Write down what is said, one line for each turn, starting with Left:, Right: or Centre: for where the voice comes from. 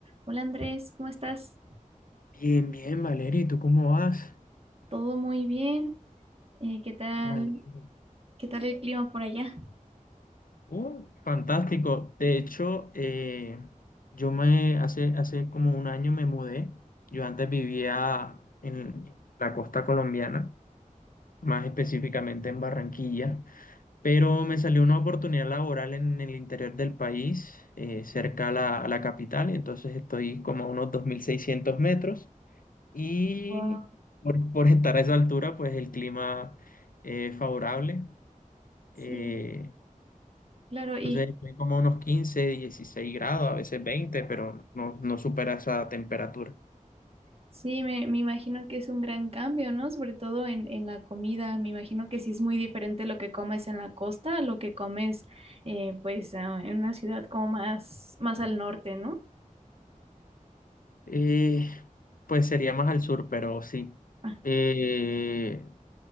Right: Hola Andrés, ¿cómo estás?
Left: Bien, bien, Valeria, ¿y tú cómo vas?
Right: Todo muy bien. Eh, ¿qué tal?
Left: Me alegro.
Right: ¿Qué tal el clima por allá?
Left: Uh, fantástico. De hecho, eh, yo me hace, hace como un año me mudé. Yo antes vivía en la costa colombiana, más específicamente en Barranquilla, pero me salió una oportunidad laboral en, el interior del país, eh, cerca a la, a la capital, entonces estoy como a unos 2.600 metros y
Right: Wow.
Left: por, por estar a esa altura, pues el clima es favorable.
Right: Sí,
Left: Eh,
Right: claro, y
Left: entonces estoy como a unos 15, 16 grados, a veces 20, pero no, no supera esa temperatura.
Right: sí, me, me imagino que es un gran cambio, ¿no? Sobre todo en, en la comida. Me imagino que sí es muy diferente lo que comes en la costa a lo que comes, eh, pues, ah, en una ciudad como más, más al norte, ¿no?
Left: Eh, pues sería más al sur, pero sí.
Right: Ah,
Left: Eh,